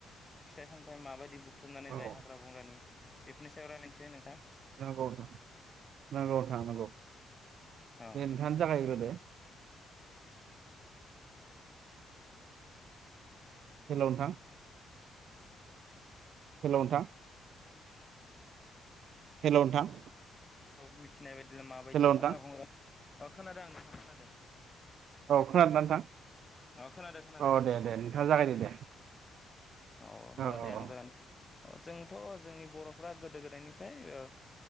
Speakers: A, on the left (about 25°); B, on the right (about 70°).
A: फिथाय सामथायाइ माबायदि बुथुमनानै जायो
B: औ
A: हाग्रा बंग्रानि बेफोरनि सायाव रायलायनोसै नोंथां
B: नांगौ नोंथां नांगौ नोंथां नांगौ
A: औ
B: दे दान जागायग्रोदो हेलौ नोंथां हेलौ नोंथां हेलौ नोंथां
A: औ मिथि नाय बायदिनो माबायदि
B: हेल' नोंथां
A: हाग्रा बंग्रा अ खोनादो आं नोंथाङा खोनादो
B: औ खोनादोंना नोंथां
A: खोनादों खोनादों
B: औ दे दे नोंथाङा जागाय दो दे
A: अ होमबा
B: औ
A: दे आं
B: औ
A: जागायनि अ जोंथ' जोंनि बर'फ्रा गोदो-गोदायनिफ्राय ओ